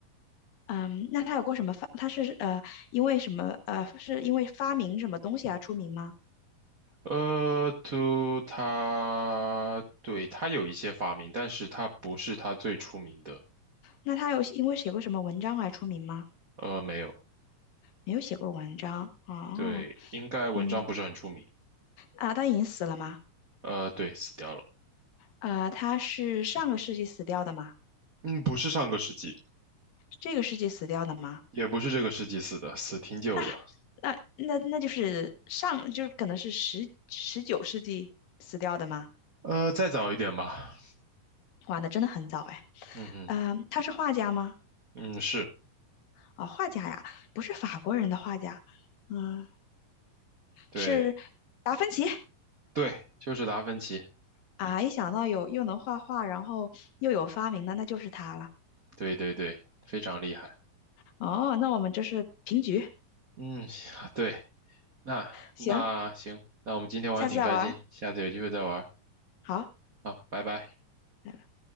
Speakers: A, on the left; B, on the right.
A: 嗯，那他有过什么发？他是呃，因为什么呃，是因为发明什么东西而出名吗？
B: 呃，就他，对，他有一些发明，但是他不是他最出名的，
A: 那他有因为写过什么文章而出名吗？
B: 呃，没有，
A: 没有写过文章哦，
B: 对，应该文章不是很出名，
A: 嗯啊，他已经死了吗？
B: 呃，对，死掉了，
A: 啊，他是上个世纪死掉的吗？
B: 嗯，不是上个世纪，
A: 这个世纪死掉的吗？
B: 也不是这个世纪死的，死挺久了，
A: 那那那那就是上就是可能是十十九世纪死掉的吗？
B: 呃，再早一点吧，
A: 哇，那真的很早哎。
B: 嗯哼，
A: 嗯，他是画家吗？
B: 嗯，是。
A: 啊、画家呀，不是法国人的画家。嗯。
B: 对
A: 是达芬奇
B: 对，就是达芬奇，
A: 啊！一想到有又能画画，然后又有发明的，那就是他了。
B: 对对对，非常厉害。
A: 哦，那我们这是平局，
B: 嗯，行啊对，那那行，
A: 行，
B: 那我们今天玩得挺开心，
A: 下次再玩儿
B: 下次有机会再玩
A: 好。拜
B: 好，拜拜。
A: 拜。